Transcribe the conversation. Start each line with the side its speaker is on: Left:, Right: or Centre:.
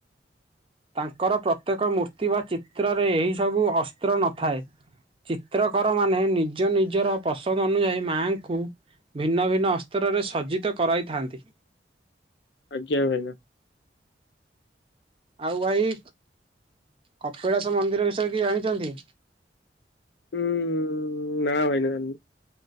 Right: ତାଙ୍କର ପ୍ରତ୍ୟେକ ମୂର୍ତ୍ତି ବା ଚିତ୍ରରେ ଏହି ସବୁ ଅସ୍ତ୍ର ନଥାଏ। ଚିତ୍ରକର ମାନେ ନିଜ ନିଜର ପସନ୍ଦ ଅନୁଯାୟୀ ମାଙ୍କୁ ଭିନ୍ନ ଭିନ୍ନ ଅସ୍ତ୍ରରେ ସଜିତ କରାଇଥାନ୍ତି।
Left: ଆଜ୍ଞା, ଭାଇନା।
Right: ଆଉ ଭାଇ, କପିଳାସ ମନ୍ଦିର ବିଷୟରେ କିଛି ଜାଣିଛନ୍ତି?
Left: ଉୁଁ ନା ଦ୍ଭାଇ ନା ଜାଣିନାହିଁ।